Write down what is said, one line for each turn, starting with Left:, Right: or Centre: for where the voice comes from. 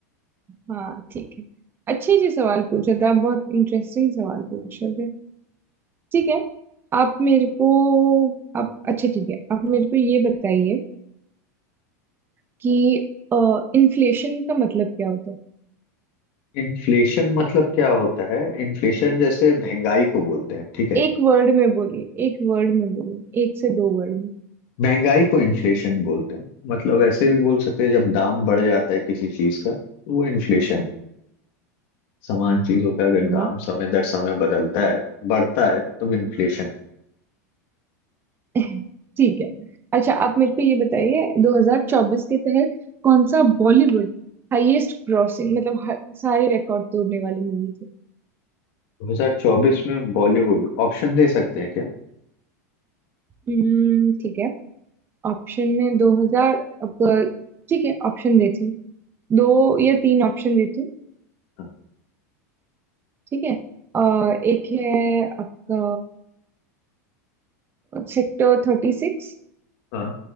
Right: हाँ ठीक है अच्छे से सवाल पूछ रहे थे आप बहुत इंटरेस्टिंग सवाल पूछ रहे थे ठीक है आप मेरे को आप अच्छा ठीक है आप मेरे को ये बताइए कि इन्फ्लेशन का मतलब क्या होता है
Left: इन्फ्लेशन मतलब क्या होता है इन्फ्लेशन जैसे महंगाई को बोलते हैं ठीक है
Right: एक वर्ड में बोलिए एक वर्ड में बोलिए एक से दो वर्ड में
Left: महंगाई को इन्फ्लेशन बोलते हैं मतलब ऐसे भी बोल सकते हैं जब दाम बढ़ जाता है किसी चीज का तो वो इन्फ्लेशन है समान चीजों का अगर
Right: अरे
Left: दाम
Right: वाह
Left: समय दर समय बदलता है बढ़ता है तब इन्फ्लेशन है
Right: <laughs> ठीक है अच्छा आप मेरे को ये बताइए 2024 के तहत कौन सा बॉलीवुड हाईएस्ट ग्रॉसिंग मतलब हर, सारे रिकॉर्ड तोड़ने वाली मूवी थी
Left: 2024 में बॉलीवुड ऑप्शन दे सकते हैं क्या
Right: हम्म, ठीक है ऑप्शन में 2000 अब ठीक है ऑप्शन देती हूँ दो या तीन ऑप्शन देती हूँ
Left: हाँ
Right: ठीक है अ, एक है आपका सेक्टर थर्टी सिक्स
Left: हाँ।